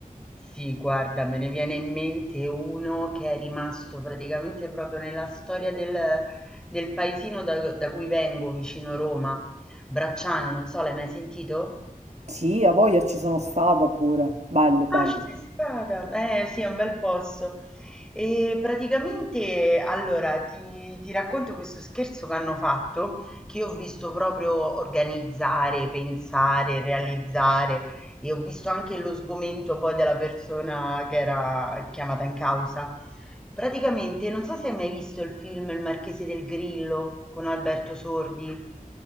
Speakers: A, in the centre; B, on the right.
A: Sì, guarda, me ne viene in mente uno che è rimasto praticamente proprio nella storia del, del paesino da, da cui vengo, vicino Roma, Bracciano, non so, l'hai mai sentito?
B: Sì, a voglia ci sono stata pure. Bello, bello.
A: Ah, ci sei stata? Eh sì, è un bel posto. E praticamente, allora, ti, ti racconto questo scherzo che hanno fatto, che ho visto proprio organizzare, pensare, realizzare, e ho visto anche lo sgomento poi della persona che era chiamata in causa. Praticamente, non so se hai mai visto il film Il Marchese del Grillo con Alberto Sordi.